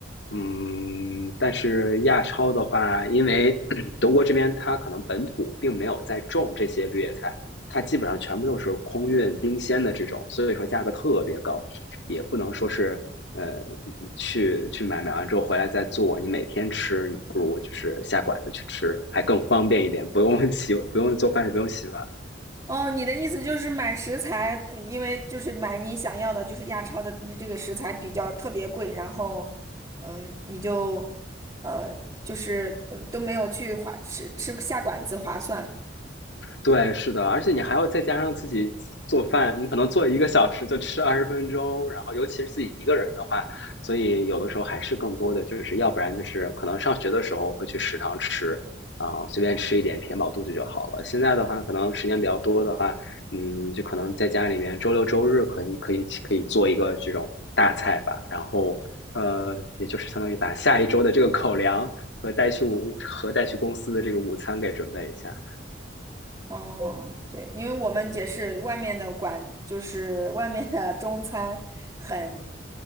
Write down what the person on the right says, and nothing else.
哦，你的意思就是买食材，呃因为就是买你想要的，就是亚超的这个食材比较特别贵，然后，嗯，你就，呃，就是嗯都没有去划吃吃下馆子划算。
哦，对，因为我们也是外面的馆，就是外面的中餐很，